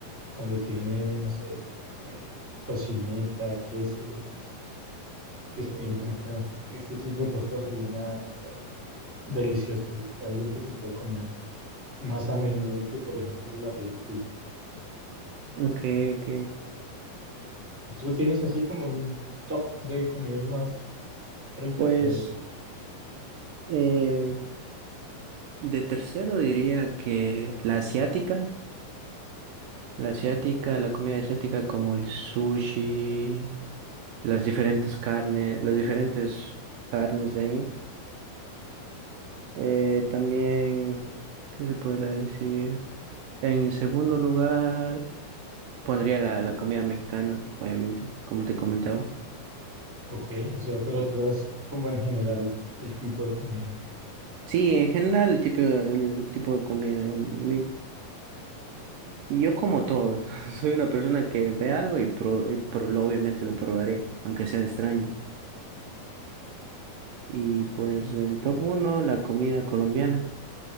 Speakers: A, in the centre; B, on the right (about 75°).
A: Cuando tiene, no sé, eh, tocineta, queso, espinaca,
B: Eh,
A: este tipo de pastas rellenas también deliciosa y es algo que se puede comer más a menudo que, por ejemplo, el arroz de pulpo.
B: ok, ok.
A: ¿Tú tienes así como un top de comidas más ricas
B: Pues.
A: o algo así?
B: eh, De tercero diría que la asiática, la asiática, la comida asiática como el sushi, las diferentes carnes, las diferentes carnes de ahí. Eh, también, ¿qué se podría decir? En segundo lugar, pondría la, la comida mexicana, obviamente, como te comentaba.
A: Ok, o sea, pero tú das como en general el tipo de comida.
B: Sí, en general el tipo, el tipo de comida, digamos, mi- yo como todo, <laughs> soy una persona que ve algo y, pro, y pro- lo- obviamente lo probaré, aunque sea extraño. Y pues en top uno, la comida colombiana.